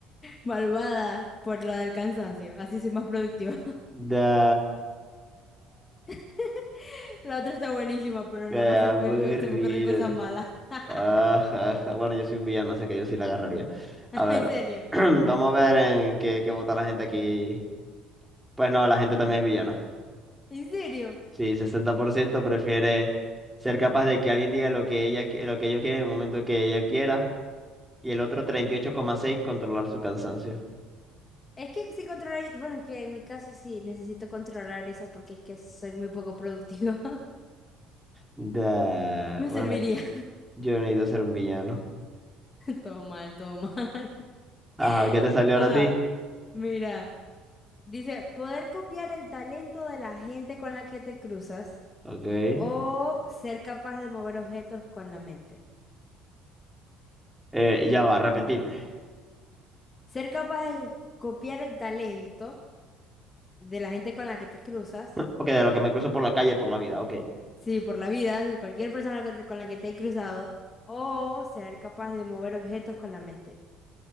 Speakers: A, on the left (about 20°); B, in the centre.
A: malvada por la del cansancio. Así soy más productiva.
B: Da...
A: <laughs> La otra está buenísima, pero
B: Qué
A: nada más
B: aburrido.
A: se me, ocurre- se me ocurren cosas malas. <laughs>
B: Ajá, ajá. Bueno, yo soy un villano, así que yo sí la agarraría.
A: En
B: A ver,
A: serio.
B: <clears throat> vamos a ver en qué, qué vota la gente aquí. Pues no, la gente también es villana.
A: En serio.
B: Sí, 60% prefiere ser capaz de que alguien diga lo que ella, qui- lo que ellos quieren en el momento que ella quiera. Y el otro 38,6 controlar su cansancio.
A: Es que sí controlar, bueno, es que en mi caso sí necesito controlar eso porque es que soy muy poco productiva.
B: Da...
A: <laughs> Me
B: Bueno,
A: serviría.
B: yo necesito ser un villano.
A: Todo mal, todo mal.
B: Ajá,
A: <laughs>
B: ¿qué te salió ahora
A: Ajá,
B: a ti?
A: mira. Dice, poder copiar el talento de la gente con la que te cruzas
B: Ok.
A: o ser capaz de mover objetos con la mente.
B: Eh, ya va, repetime.
A: Ser capaz de copiar el talento de la gente con la que te cruzas,
B: Ok, de lo que me cruzo por la calle, por la vida, ok.
A: sí, por la vida, de cualquier persona que te- con la que te he cruzado, o ser capaz de mover objetos con la mente.